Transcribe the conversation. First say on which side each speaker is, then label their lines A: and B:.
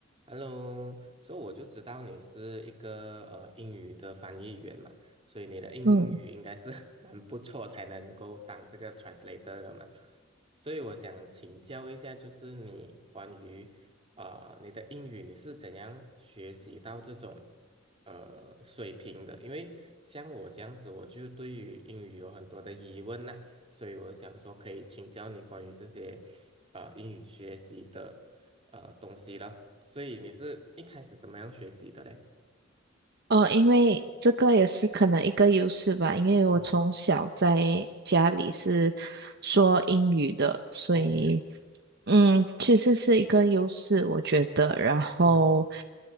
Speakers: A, on the right; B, on the right.
A: Hello，所以我就知道你是一个呃英语的翻译员嘛，所以你的英嗯语应该是
B: 嗯，
A: <laughs> 蛮不错，才能够当这个 translator 的嘛。所以我想请教一下，就是你关于呃你的英语，你是怎样学习到这种？呃水平的，因为像我这样子，我就对于英语有很多的疑问呐、所以我想说可以请教你关于这些呃英语学习的呃东西了。所以你是一开始怎么样学习的嘞？
B: 哦，因为这个也是可能一个优势吧，因为我从小在家里是说英语的，
A: 嗯，
B: 所以
A: 哦，
B: 嗯，其实是一个优势，我觉得。然后
A: 嗯